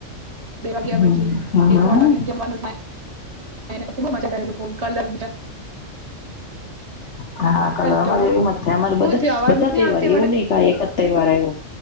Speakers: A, on the right; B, on the left.
A: બે વાગ્યા
B: હમ
A: પછી
B: હમ
A: એક દોઢ વાગ્યા જમવાનું થાય ખાય ને પછી બો મજા કરે લોકો કલર બીજા
B: હા કલર
A: હેલો
B: અમારે એ મ જ થાય અમારે બધા
A: હું થયું અવાજ
B: બધા
A: નહી
B: તહેવાર
A: આવતી
B: એવું
A: મળે
B: નહિ કાય એક જ તહેવાર આવ્યો